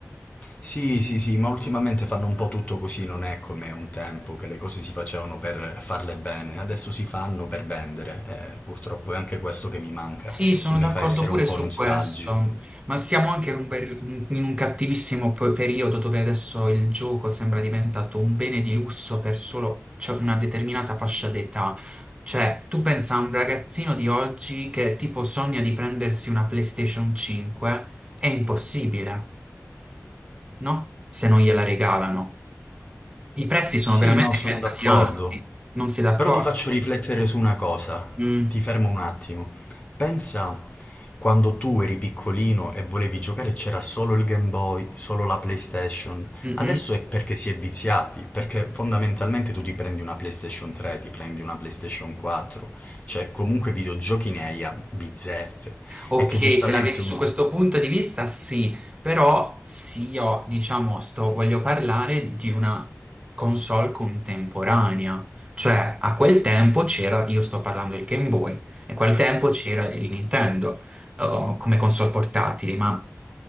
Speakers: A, on the left; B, on the right.
A: Sì, sì, sì, ma ultimamente fanno un po' tutto così, non è come un tempo che le cose si facevano per farle bene, adesso si fanno per vendere. Eh, purtroppo è anche questo che mi manca
B: Sì, sono
A: e mi
B: d'accordo
A: fa essere
B: pure
A: un po'
B: su
A: nostalgico.
B: questo, ma siamo anche in un, per- in un cattivissimo pe- periodo dove adesso il gioco sembra diventato un bene di lusso per solo cioè, una determinata fascia d'età. Cioè, tu pensa a un ragazzino di oggi che tipo sogna di prendersi una PlayStation 5, è impossibile, no? Se non gliela regalano. I prezzi sono
A: Sì,
B: veramente
A: no, sono
B: diventati
A: d'accordo.
B: alti, non sei d'accordo?
A: Però ti faccio riflettere su una cosa.
B: Mm,
A: Ti fermo un attimo. Pensa quando tu eri piccolino e volevi giocare e c'era solo il Game Boy, solo la PlayStation.
B: mm,
A: Adesso
B: mm.
A: è perché si è viziati, perché fondamentalmente tu ti prendi una PlayStation 3, ti prendi una PlayStation 4, cioè comunque videogiochi ne hai a bizzeffe.
B: Ok,
A: È che giustamente
B: se la vedi su
A: uno...
B: questo punto di vista, sì, però sì, io diciamo, sto, voglio parlare di una console contemporanea, cioè a quel tempo c'era, io sto parlando del Game Boy, e a quel tempo c'era il Nintendo eh, come console portatili, ma